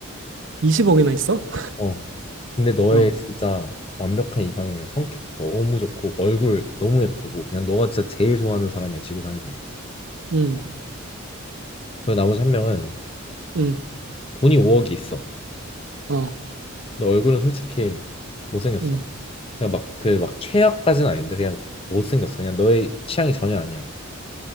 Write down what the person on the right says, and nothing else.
20억이나 있어? <laughs>
어,
음,
음,
어,
음,